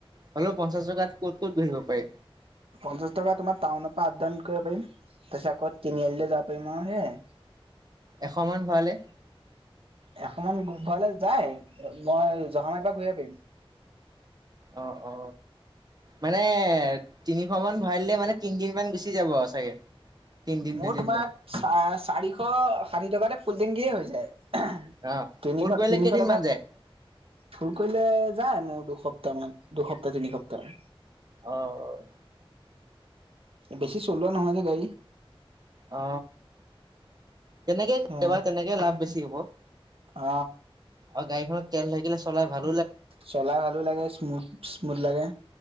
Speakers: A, on the right; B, on the right.
A: হলেও পঞ্চাশ টকাত ক'ত ক'ত গৈ আহিব পাৰি।
B: পঞ্চাশ টকা তোমাৰ টাউনৰ পৰা আপডাউন কৰিব পাৰিম। তাৰপিছত আক তিনিআলিলৈ যাব পাৰিম আও সেয়াই।
A: এশ মান ভৰালে?
B: এশমান ভৰালে যায়। মই জহামাৰীৰ পৰা ঘূৰি আহিব পাৰিম।
A: অ অ মানে তিনিশ মান ভৰাই দিলে মানে তিনিদিন মান গুচি যাব আও চাগে। তিনদিন
B: মোৰ
A: দুদিন
B: তোমাৰ
A: মান
B: চা চাৰিশ ষাঠি টকাতে ফুলটেংকিয়ে হৈ যায়।
A: অ
B: তিনিশ
A: ফুল কৰিলে
B: তিনিশ
A: কেইদিন
B: টকাত।
A: মান যায়
B: ফুল কৰিলে যায় মোৰ দুসপ্তাহ মান, দুসপ্তাহ তিনি সপ্তাহ।
A: অ',।
B: বেছি চলোৱা নহয় যে গাড়ী।
A: অ, তেনেকেই
B: অ
A: তেনেকে লাভ বেছি হ'ব।
B: অ,
A: আৰু গাড়ীখনত তেল থাকিলে চলাই ভাল।
B: চলাই ভালো লাগে স্মুথ স্মুথ লাগে।